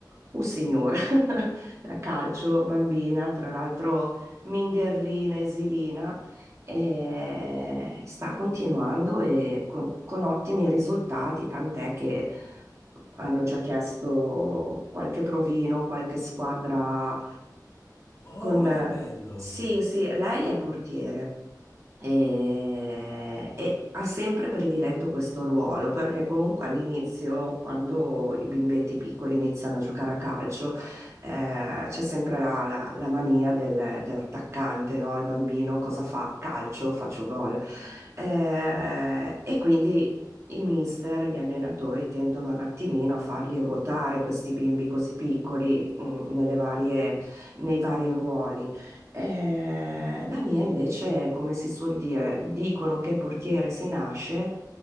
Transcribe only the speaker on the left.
Oh,
ma che bello!